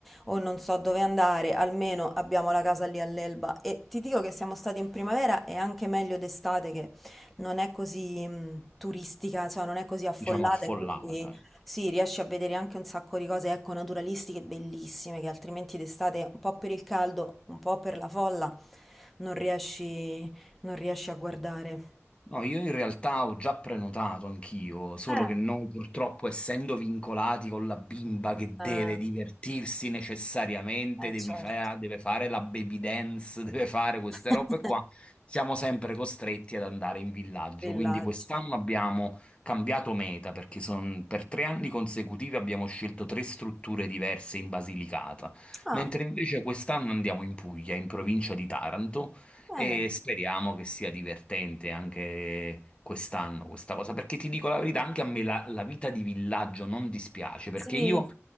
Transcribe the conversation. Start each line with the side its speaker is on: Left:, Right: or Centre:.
Centre: o non so dove andare, almeno abbiamo la casa lì all'Elba. E ti dico che siamo stati in primavera e anche meglio d'estate che non è così, mh, turistica, insomma, non è così affollata
Left: diciamo, affollata.
Centre: e quindi
Left: ecco.
Centre: sì, riesci a vedere anche un sacco di cose, ecco, naturalistiche bellissime che altrimenti d'estate, un po' per il caldo, un po' per la folla, non riesci, non riesci a guardare.
Left: No, io in realtà ho già prenotato anch'io, solo
Centre: Eh,
Left: che noi purtroppo essendo vincolati con la bimba che
Centre: eh,
Left: deve divertirsi necessariamente,
Centre: eh,
Left: devi
Centre: certo.
Left: fa- deve fare la baby dance, <laughs> deve fare queste
Centre: <laughs>
Left: robe qua, siamo sempre costretti ad andare in villaggio.
Centre: Villaggio.
Left: Quindi quest'anno abbiamo cambiato meta perché son- per tre anni consecutivi abbiamo scelto tre strutture diverse in Basilicata,
Centre: Ah,
Left: mentre invece quest'anno andiamo in Puglia, in provincia di Taranto
Centre: bene.
Left: e speriamo che sia divertente anche quest'anno questa cosa, perché ti dico la verità, anche a me la, la vita di villaggio non dispiace, perché
Centre: Sì,
Left: io